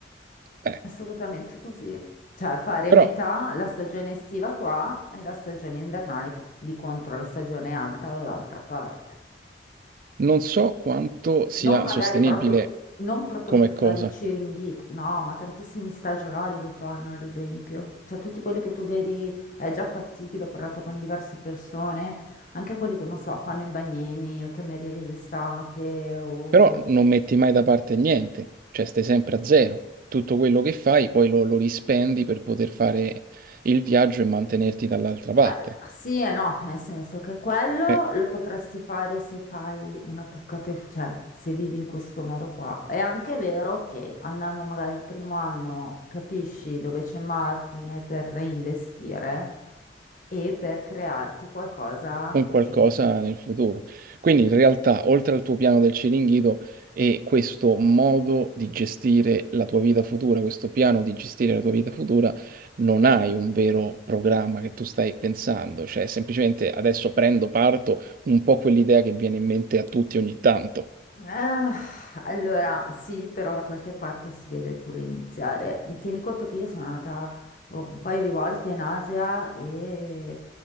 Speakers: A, on the right; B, on the left.
A: Eh,
B: assolutamente così. Cioè fare
A: però
B: metà la stagione estiva qua e la stagione invernale che di contro la stagione alta dall'altra parte.
A: non so quanto sia
B: Non magari
A: sostenibile
B: proprio, non proprio
A: come
B: per fare
A: cosa,
B: il cheeringhito, no, ma tantissimi stagionali lo fanno, ad esempio. Cioè, tutti quelli che tu vedi è già fattibile, ho parlato con diverse persone, anche quelli che, non so, fanno i bagnini o i camerieri d'estate o...
A: però non metti mai da parte niente, cioè stai sempre a zero. Tutto quello che fai poi lo, lo rispendi per poter fare il viaggio e mantenerti dall'altra parte.
B: Allora, sì e no, nel senso che quello
A: Eh,
B: lo potresti fare se fai una toccata, e- cioè se vivi in questo modo qua. È anche vero che andando magari il primo anno capisci dove c'è margine per reinvestire e per crearti qualcosa
A: un
B: che
A: qualcosa nel futuro. Quindi
B: sì,
A: in realtà, oltre al tuo piano del Ciringhito, è questo modo di gestire la tua vita futura, questo piano di gestire la tua vita futura, non hai un vero programma che tu stai pensando, cioè semplicemente adesso prendo, parto, un po' quell'idea che viene in mente a tutti ogni tanto.
B: Ah, allora, sì, però da qualche parte si deve pure iniziare. Tieni conto che io sono andata boh, un paio di volte in Asia e